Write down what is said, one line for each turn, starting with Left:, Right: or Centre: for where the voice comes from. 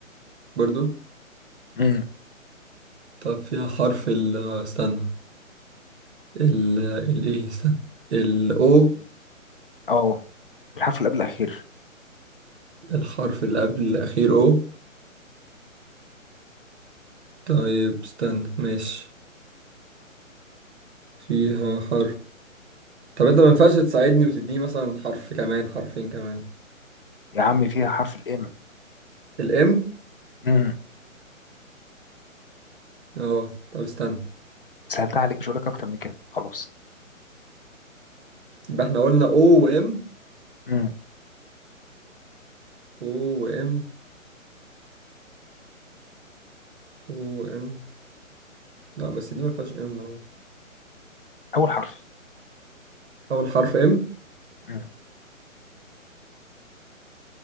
Right: برضو
Left: امم
Right: طب فيها حرف ال آه، استنى ال ال ايه استنى ال O
Left: اه الحرف اللي قبل الاخير
Right: الحرف اللي قبل الأخير O طيب استنى ماشي فيها حرف طب انت ما ينفعش تساعدني وتديني مثلا حرف كمان حرفين كمان
Left: يا عم فيها حرف الام
Right: الام
Left: امم
Right: اه طب استنى
Left: سهلتها عليك مش هقول لك اكتر من كده خلاص
Right: يبقى احنا قلنا O وام
Left: امم
Right: O وام O وام لا بس دي ما فيهاش ام اهو
Left: اول حرف
Right: اول حرف ام
Left: امم